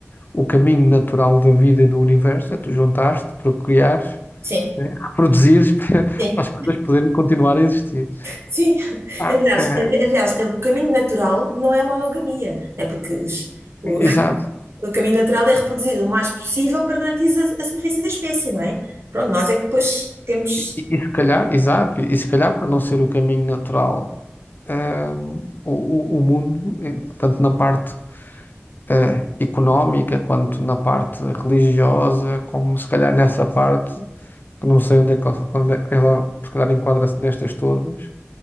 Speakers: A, on the left; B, on the right.
A: o caminho natural da vida e do universo, é tu juntares-te, procriares,
B: Sim,
A: né? Reproduzires <laughs> para
B: sim,
A: as coisas poderem continuar a existir.
B: Sim, <laughs>
A: Ah,
B: aliás,
A: é,
B: aliás, o caminho natural não é a monogamia, né? Porque os- o,
A: exato.
B: <laughs> o caminho natural é reproduzido o mais possível para garantir a, a sobrevivência da espécie, não é? Pronto, nós é que depois temos,
A: E, e se calhar, exato, e se calhar por não ser o caminho natural, hum, o, o, o mundo, eh, tanto na parte eh, económica quanto na parte religiosa, como se calhar nessa parte, que não sei onde é que ela, onde é- ela, se calhar enquadra-se nestas todas,